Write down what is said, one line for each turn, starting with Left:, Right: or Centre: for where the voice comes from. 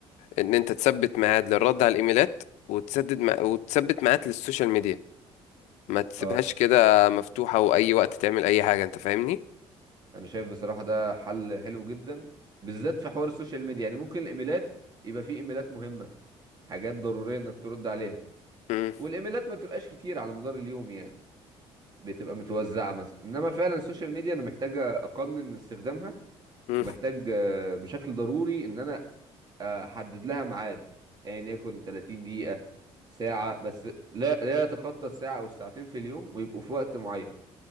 Left: ان انت تثبت ميعاد للرد على الايميلات وتسدد مع... وتثبت ميعاد للسوشيال ميديا ما تسيبهاش
Right: اه
Left: كده مفتوحة واي وقت تعمل اي حاجة انت فاهمني
Right: انا شايف بصراحة ده حل حلو جدا بالذات في حوار السوشيال ميديا يعني ممكن الايميلات يبقى فيه ايميلات مهمة حاجات ضرورية انك ترد عليها
Left: امم
Right: والايميلات ما بتبقاش كتير على مدار اليوم يعني بتبقى متوزعة مثلا انما فعلا السوشيال ميديا انا محتاجة اقنن من استخدامها
Left: امم
Right: ومحتاج آه، بشكل ضروري ان انا آه، احدد لها ميعاد ايا يعني يكن 30 دقيقة ساعة بس لا لا يتخطى الساعة او الساعتين في اليوم ويبقوا في وقت معين